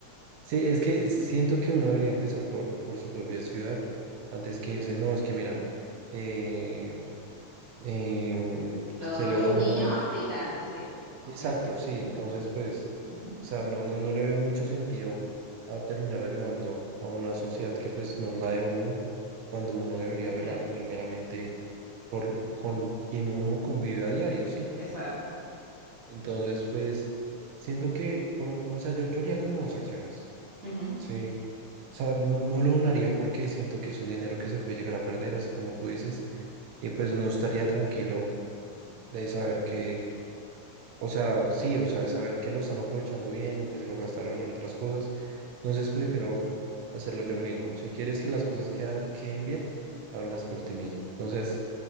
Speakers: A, on the right; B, on the right.
A: Sí, es que siento que uno debería empezar por, por su propia ciudad antes que irse. No, es que mira, em, em,
B: Lo-
A: se lo
B: los
A: dono.
B: niños africanos, sí, como
A: Exacto,
B: siempre.
A: sí, entonces pues,
B: <laughs>
A: o
B: Ujú,
A: sea, no, no, no le veo mucho sentido a terminar ayudando a una sociedad que pues no es la de uno, cuando uno debería
B: Entiendo.
A: velar primeramente por con quien uno convive a diario, ¿sí?
B: Exacto.
A: Entonces pues, siento que, por un- o sea, yo, yo haría como dos acciones,
B: Ujú.
A: ¿sí? O sea, no, no lo donaría porque siento que es un dinero que se puede llegar a perder, así como tú dices, y pues no estaría tranquilo de saber que O sea, sí, o sea, de saber que lo están aprovechando bien o que se lo gastaron en otras cosas. Entonces prefiero hacerlo yo mismo. Si quieres que las cosas queda- queden bien, hazlas por ti mismo. Entonces,